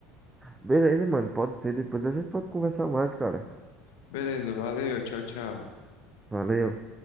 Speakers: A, on the right (about 15°); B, on the left (about 65°).
A: Beleza, mano, pode ser. Depois a gente pode conversar mais, cara.
B: Beleza, valeu, tchau, tchau.
A: Valeu.